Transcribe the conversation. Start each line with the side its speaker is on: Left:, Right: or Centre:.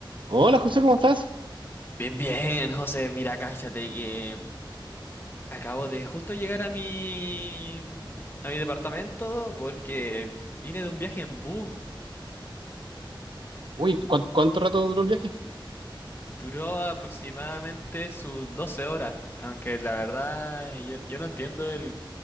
Right: Hola José, ¿cómo estás?
Left: Bien, bien, José, mira, cállate que acabo de justo llegar a mi a mi departamento porque vine de un viaje en bus.
Right: Uy, ¿cuán- ¿cuánto rato duró el viaje?
Left: Duró aproximadamente sus 12 horas, aunque la verdad yo, yo no entiendo el